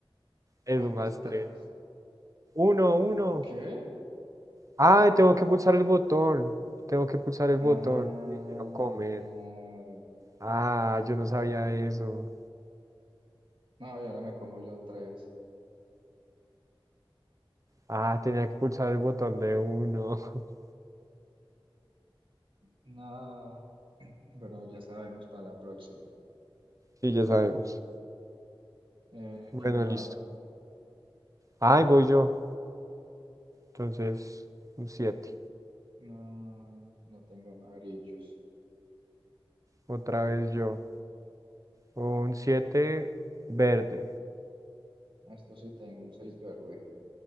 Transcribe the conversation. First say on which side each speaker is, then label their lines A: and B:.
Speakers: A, on the right; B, on the right.
A: Es
B: Un
A: un
B: más
A: más
B: tres,
A: tres. Uno, uno.
B: ¿Qué?
A: Ay, tengo que pulsar el botón. Tengo que pulsar el botón.
B: Ah,
A: Me hicieron comer.
B: claro.
A: Ah, yo no sabía eso.
B: No, y ahora me como yo tres,
A: Ah, tenía que pulsar el botón de uno. <laughs>
B: No, pero ya sabemos para la próxima.
A: Sí, ya sabemos.
B: Eh,
A: Bueno,
B: ¿quién va?
A: listo. Ay, voy yo. Entonces, un siete.
B: No, no tengo amarillos.
A: Otra vez yo. Un 7 verde.
B: Esto sí tengo un 6 verde.